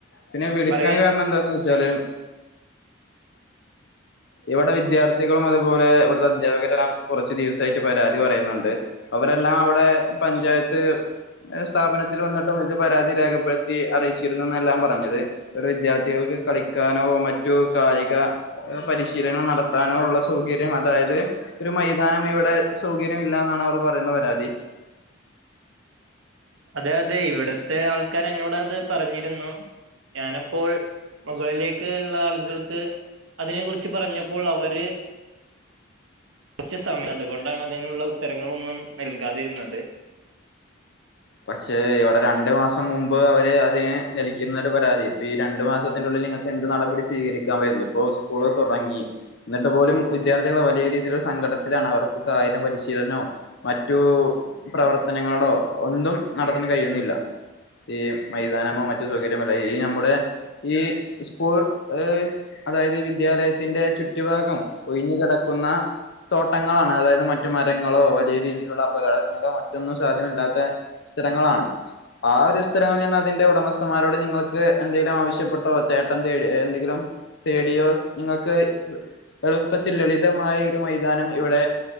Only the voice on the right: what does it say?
പറയ
അതെ അതെ ഇവ്ട്ത്തെ ആൾക്കാരെന്നോടത് പറഞ്ഞിരുന്നു ഞാനപ്പോൾ മുകളിലേക്ക് ഇള്ള ആള്കൾക്ക് അതിനെ കുറിച്ച് പറഞ്ഞപ്പോൾ അവര് കുറച്ച്‌ സംനത്കൊണ്ടാണ് അതിനുള്ള ഉത്തരങ്ങളൊന്നും നെൽകാതിര്ന്നത്.